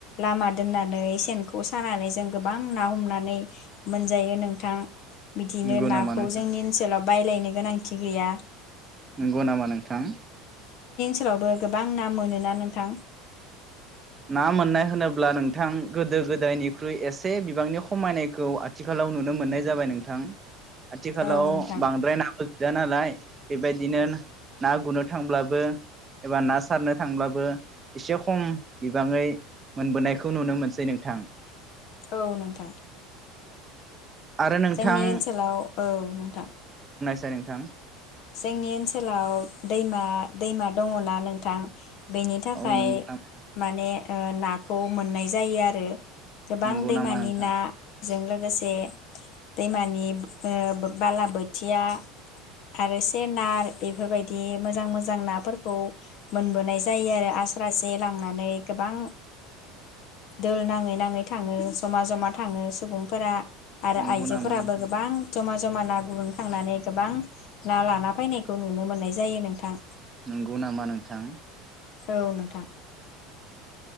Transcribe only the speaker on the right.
नंगौ
नामा नोंथां
नंगौ नामा नोंथां
ना मोननाय होनोब्ला नोंथां गोदो गोदायनिख्रुइ एसे बिबांनि खमायनायखौ आथिखालाव नुनो मोननाय जाबाय नोंथां आथिखालाव
बांद्राय नाबो गैया नालाय बेबायदिनो ना गुरनो थांब्लाबो एबा ना सारनो थांब्लाबो एसे खम बिबाङै मोनबोनायखौ नुनो मोनसै नोंथां
आरो नोंथां
साय नोंथां
औ नंगौ नामा
नंगौ
नामा नोंथां
नंगौ
नामा नोंथां
नंगौ नामा नोंथां